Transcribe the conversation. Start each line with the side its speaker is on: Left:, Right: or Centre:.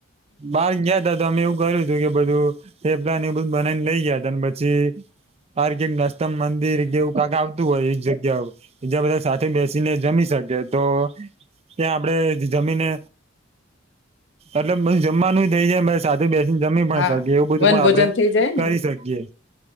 Right: બાર ગયા ત તો અમે એવું કર્યું હતું કે બધું. થેપલા ન એ બધું બનાવીને લઇ ગયા હતા પછી પર્કે ટ નાસ્ ઉત્તમ મંદિર એવું કાક આવતું હોય એ જ જે બધા સાથે બેસીને જમી શકે તો ત્યાં આપડે જમીને એટલે બધું જમવાનું થઈ જાય સાથે બેસીને જમી પણ
Left: હા
Right: શકીએ એવું બધું
Left: વન
Right: પણ
Left: ભોજન
Right: આપડે
Left: થઈ જાય ને
Right: કરી શકીએ.